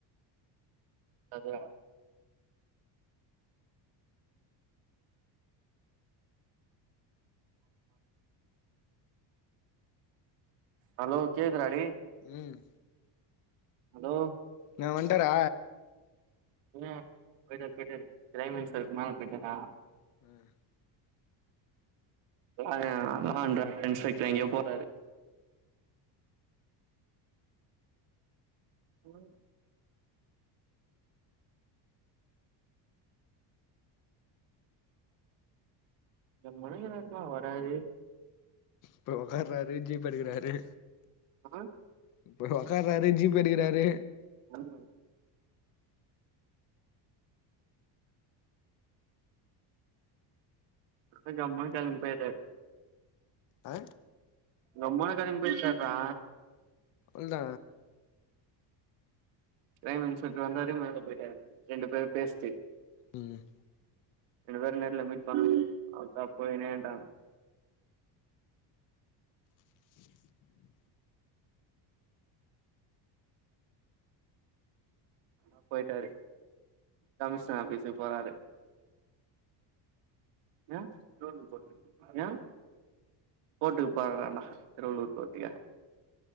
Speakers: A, on the right; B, on the left.
A: அது ஹலோ கேக்குதா டி
B: ம்
A: ஹலோ
B: ன்னா வந்ட்டாரா
A: பிரவீனே போயிட்டாரு போயிட்டாரு பிரைம் மினிஸ்டர் மேல போய்ட்டாரா
B: ம்
A: லா ஆ லா அண்ட் ஆர்டர் இன்ஸ்பெக்டர் எங்கயோ போறாரு ப்ரோ இப்ப மணி என்ன இருக்கும் வர்றாரு
B: போய் ஒக்காராரு ஜீப் எடுக்றாரு
A: ம் ம்
B: இப்ப ஒக்காராரு ஜீப் எடுக்குறாரு
A: ம் போய் ஜம்முன் கெளம்பிட்டாரு அர்
B: அ
A: கம்முன்னு கெளம்பி போயிட்டார்றா
B: இல்ல
A: பிரைம் மினிஸ்டர் இப்டி வந்தாரு மேல போயிட்டாரு ரெண்டு பேரும் பேஸ்த்துக்
B: ம் ம்
A: ரெண்டு பேரும் நேர்ல மீட் பண்ல அல்க்கா போயின்னேன்ட்டாங்க
B: <inaudible>
A: <inaudible> போயிட்டாரு கமிஷ்னர் ஆபீஸ்ஸுக் போறாரு ம் ஹலோ கோர்ட்டுக்கு போராறாம் டா திருவள்ளூர் கோர்ட்டுக்கு